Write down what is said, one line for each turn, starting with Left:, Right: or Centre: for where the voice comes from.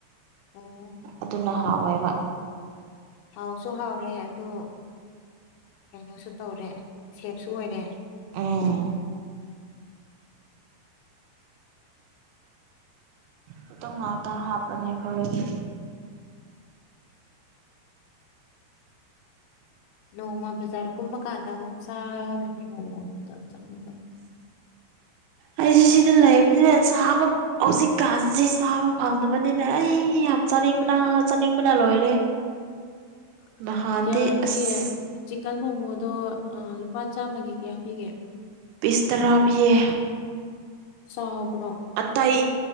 Left: ꯑꯣ
Right: ꯑꯗꯨꯅ ꯍꯥꯎꯋꯦꯕ
Left: ꯍꯥꯎꯁꯨ ꯍꯥꯎꯔꯦ ꯑꯗꯨ ꯀꯩꯅꯣꯁꯨ ꯇꯧꯔꯦ ꯁꯦꯞꯁꯨ ꯑꯣꯏꯔꯦ
Right: ꯎꯝ ꯃꯇꯨꯝ ꯉꯥꯛꯇ ꯍꯥꯞꯄꯅꯦ ꯑꯩꯈꯣꯏꯗꯤ
Left: ꯅꯣꯡꯃ ꯕꯖꯔꯀꯨꯝꯕ ꯀꯥꯟꯗ ꯑꯃꯨꯛ ꯆꯥꯕꯅꯦ ꯃꯣꯃꯣꯗ ꯆꯪꯉꯒ <inaudible>
Right: ꯑꯩꯁꯦ ꯁꯤꯗ ꯂꯩꯕꯅꯤꯅ ꯆꯥꯕ ꯍꯧꯖꯤꯛꯀꯥꯟꯁꯤ ꯆꯥꯕ ꯐꯪꯗꯕꯅꯤꯅꯦ ꯑꯩ ꯌꯥꯝ ꯆꯥꯅꯤꯡꯕꯅ ꯆꯥꯅꯤꯡꯕꯅ ꯂꯣꯏꯔꯦ
Left: <inaudible>
Right: ꯅꯍꯥꯟꯗꯤ
Left: ꯀꯌꯥ ꯄꯤꯒꯦ
Right: ꯑꯁ
Left: ꯆꯤꯛꯀꯟ ꯃꯣꯃꯣꯗꯣ ꯂꯨꯄꯥ ꯆꯥꯝꯃꯒꯤ ꯀꯌꯥ ꯄꯤꯒꯦ
Right: ꯄꯤꯁ ꯇꯔꯥ ꯄꯤꯌꯦ
Left: ꯆꯥꯎꯕꯔꯣ
Right: ꯑꯇꯩ